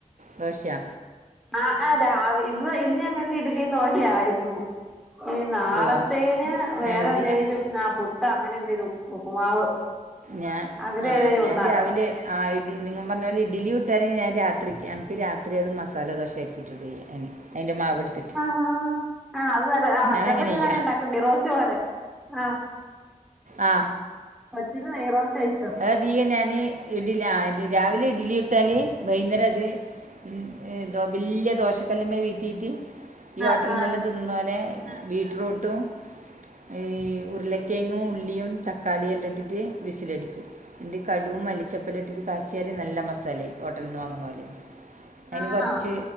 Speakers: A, on the right (about 65°); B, in the centre.
A: ദോശയാ
B: ആഹ് ആ രാവ ഇന്ന് ഇന്ന് ഞങ്ങൾക്ക് ഇഡലിയു, ദോശയു ആയിരുന്നു. ഈ നാളത്തേന്
A: ഓ
B: വേറെ
A: ഞാൻ ഇഡ്ഡി
B: എന്തേലും. ആഹ് പുട്ട് അങ്ങനെ എന്തേലും, ഉപ്പുമാവ്.
A: ഞാൻ
B: അതിലേതേലും
A: ആഹ് ഞാൻ
B: ഒന്നാട്ടോ
A: രാവിലെ ആ ഇഡി നിങ്ങൾ പറഞ്ഞ പോലെ ഇഡലി ചുട്ട ഞാൻ രാത്രിക്ക് എനിക്ക് രാത്രി അത് മസാല ദോശ ആക്കി. അതിൻ്റെ മാവ് എടുത്തിട്ട്.
B: ആ ആഹ് അത് നല്ല ആ
A: ഞാൻ
B: ചിലപ്പോ
A: അങ്ങനെ
B: ഞാന
A: ചെയ്യാം
B: ഉണ്ടാക്കുന്നേ, റോസ്‌റ്റ് പോലെ. ആ
A: ആ
B: പത്തിന് നെയ്യ് റോസ്റ്റാ ഇഷ്ട്ടം.
A: അത്തീകം ഞാൻ ഇഡി ആ രാവിലെ ഇഡ്ലി ചുട്ടാല് വൈകുന്നേരം അത് ഉം ഏതോ ബല്യ ദോശ കല്ല വീത്തിയിട്ട് ഈ ഹോട്ടലന്നല്ലാം
B: ആഹ് ആഹ്
A: തിന്നുന്ന പോലെ ബീറ്റ്റൂട്ടും. ഈ ഉരുളക്കേങ്ങും ഉള്ളിയും, തക്കാളിയു എല്ലാം ഇട്ടിട്ട് വിസിലടിക്കും. എന്റെ കടും മല്ലിച്ചെപ്പലു ഇട്ടിട്ട് കാഴ്ച്ചിയാല് നല്ല മസാലാ യായി ഹോട്ടൽ നിന്ന് വാങ്ങുന്ന പോലെ അതിന്
B: ആണോ
A: കൊറച്ച്